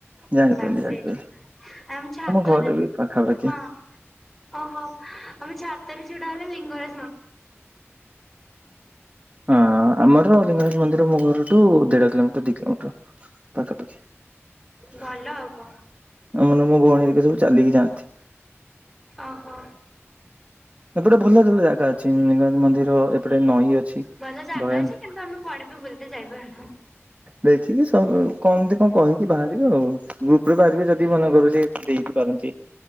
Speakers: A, on the right; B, in the centre.
A: ଜାଣିପାରିଲି
B: ମେସେଜ
A: ଜାଣିପାରିଲି
B: ଆ ଆମ ଚ୍ଛାତରେ
A: ଘର ବି ପାଖାପାଖି
B: ହଁ ଓହୋ ଆମେ ଛାତରେ ଛିଡା ହେଲେ ଲିଙ୍ଗରା
A: ହଁ ଆମ ଲିଙ୍ଗରାଜ ମନ୍ଦିର ମୁରୁୁ ଦେଢ କିଲୋମିଟ ଦି କିଲୋମିଟର ପାଖାପାଖି
B: ଭଲ
A: ଆ
B: ଆଉ କଣ।
A: ମୋ ଭଉଣୀ ହେତିକା ସବୁ ଚାଲିକି ଯାଆନ୍ତି।
B: ଓହୋ।
A: ଏପଟେ ଭଲ ଭଲ ଜାଗା ଅଛି ଲିଙ୍ଗରାଜ ମନ୍ଦିର ଏପଟେ ନଈ ଅ ଅଛି
B: ଭଲ ଜାଗା
A: ଦୟାନ
B: ଅଛି କିନ୍ତୁ ଆମେ କୁଆଡେ ବି ବୁଲିତେ ଯାଇପାରୁନୁ।
A: ଦେଖ ଠିକ ସ ବ କମତି କଣ କହିକି ବାହାରିବେ ଆଉ ଗ୍ରୁପରେ ବାହାରିବେ ଯଦି ମନେ କର ସେ ଦେଇକି ପାରନ୍ତି